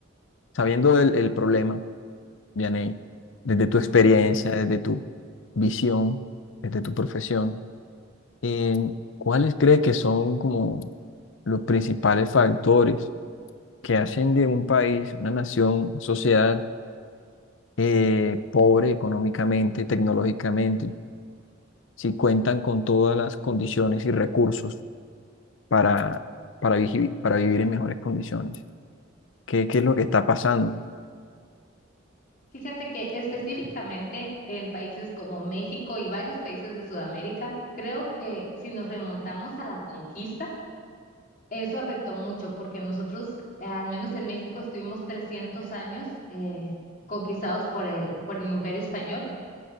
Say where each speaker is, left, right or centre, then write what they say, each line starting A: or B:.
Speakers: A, on the left; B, on the left.
A: sabiendo el, el problema, Vianey, desde tu
B: Ujú.
A: experiencia, desde tu visión, desde tu profesión, Eh, ¿cuáles cree que son como los principales factores que hacen de un país, una nación, sociedad eh, pobre económicamente, tecnológicamente, si cuentan con todas las condiciones y recursos para, para, vigi- para vivir en mejores condiciones? ¿Qué, qué es lo que está pasando?
B: Fíjate que específicamente en países como México y varios países de Sudamérica, creo que si nos remontamos a la conquista, eso afectó mucho porque nosotros, eh, al menos en México, estuvimos 300 años eh, conquistados por el, por el Imperio Español.